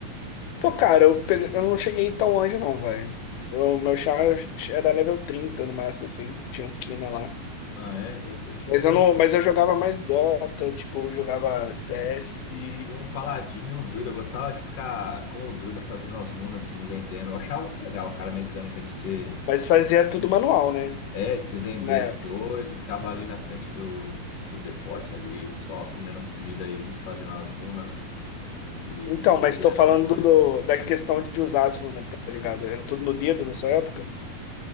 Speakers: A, on the left (about 80°); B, on the left (about 65°).
A: Pô, cara, eu, pe- eu não cheguei tão longe, não, velho. O meu char era level 30 no máximo, assim. Tinha um Kina lá.
B: Ah, é. Eu, eu tinha
A: Mas
B: um,
A: eu não, mas eu jogava mais Dota, tipo, eu jogava CS,
B: eu tinha um paladino e um druida. Eu gostava de ficar com o druida fazendo as runas assim, vendendo. Eu achava muito legal, cara, a mecânica de ser,
A: mas fazia tudo manual, né?
B: é, de você vender
A: Na época.
B: as coisas. Eu Ficava ali na frente do, do depote ali, só comendo comida e fazendo as runas e,
A: Então,
B: e vendendo
A: mas tô falando
B: depois.
A: do, da questão de usar as runas, tá ligado? Era tudo no dedo na sua época.